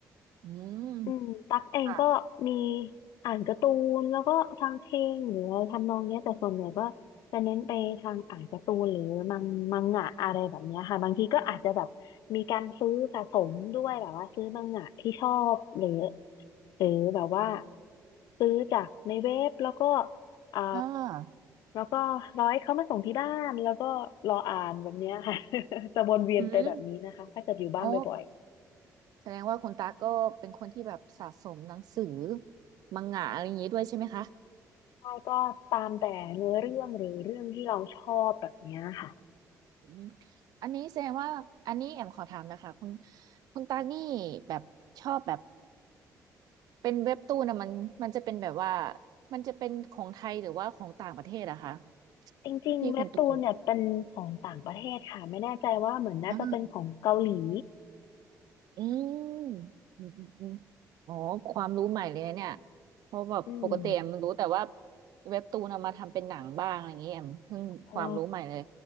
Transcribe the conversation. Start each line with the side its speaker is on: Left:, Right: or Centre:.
Right: อืม
Left: อืมตักเองก็มี
Right: ค่ะ
Left: อ่านการ์ตูนแล้วก็ฟังเพลงหรืออะไรทำนองเนี้ยแต่ส่วนใหญ่ก็จะเน้นไปทางอ่านการ์ตูนหรือมังมังงะอะไรแบบเนี้ยค่ะบางทีก็อาจจะแบบมีการซื้อสะสมด้วยแบบว่าซื้อมังงะที่ชอบหรือหรือแบบว่าซื้อจากในเว็บแล้วก็อ่า
Right: อ่า
Left: แล้วก็ร้อยเขามาส่งที่บ้านแล้วก็รออ่านแบบเนี้ยค่ะ <laughs> จะวนเวียนไปแบบนี้นะคะถ้าเกิดอยู่บ้านบ่อย
Right: อืมโอ้แสดงว่าคุณตาก็เป็นคนที่แบบสะสมหนังสือมังงะอะไรอย่างนี้ด้วยใช่ไหมคะ
Left: ใช่ก็ตามแต่เนื้อเรื่องหรือเรื่องที่เราชอบแบบเนี้ยค่ะ
Right: อืมอันนี้แสดงว่าอันนี้แอมขอถามนะคะคุณคุณตานี่แบบชอบแบบ เป็นเว็บตูนนะมันมันจะเป็นแบบว่ามันจะเป็นของไทยหรือว่าของต่างประเทศอะคะ
Left: จริงๆเว็บตูนเนี่ยเป็นของต่างประเทศค่ะไม่แน่ใจว่าเหมือนน่าจะเป็นของเกาหลี
Right: พี่คุณตูนอ่าอืมอืมอืมอืมอ๋อความรู้ใหม่เลยนะเนี่ยเพราะแบบปกติแอมรู้แต่ว่า
Left: อืม
Right: เว็บตูนเอามาทำเป็นหนังบ้างอะไรอย่างเงี้ยแอมเพิ่งความรู้ใหม่เลย
Left: ใช่